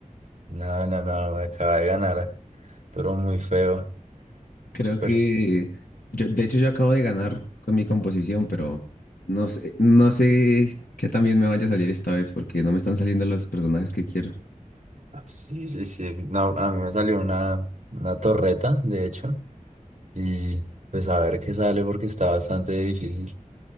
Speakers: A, on the right (about 55°); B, on the left (about 85°).
A: No, no, no, me acaba de ganar. Pero muy feo.
B: Creo
A: Pero...
B: que yo, de hecho, yo acabo de ganar con mi composición, pero no sé, no sé qué también me vaya a salir esta vez porque no me están saliendo los personajes que quiero.
A: Sí, sí, sí. No, a mí me salió una, una torreta, de hecho. Y pues a ver qué sale porque está bastante difícil.